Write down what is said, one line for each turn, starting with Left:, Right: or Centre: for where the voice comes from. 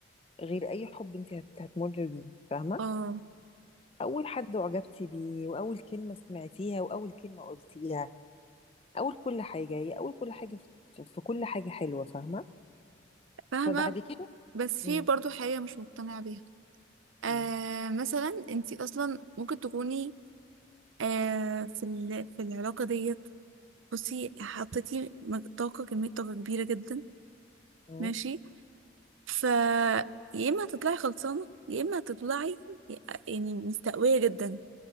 Left: غير اي حب انت هت- هتمر بيه فاهمة
Right: اه
Left: أول حد أعجبتي بيه وأول كلمة سمعتيها وأول كلمة قلتيها أول كل حاجة هي أول كل حاجة في, في كل حاجة حلوة فاهمة
Right: فاهمه
Left: فبعد كده
Right: بس في
Left: امم
Right: برضو حاجه مش مقتنعه بيها آه
Left: ايه
Right: مثلا انتي اصلا ممكن تكوني آه في ال- في العلاقه ديت بصي حطيتي مج- طاقه كميه طاقه كبيره جدا
Left: امم
Right: ماشي ف يا اما هتطلعي خلصانه يا اما هتطلعي يعني مستقويه جدا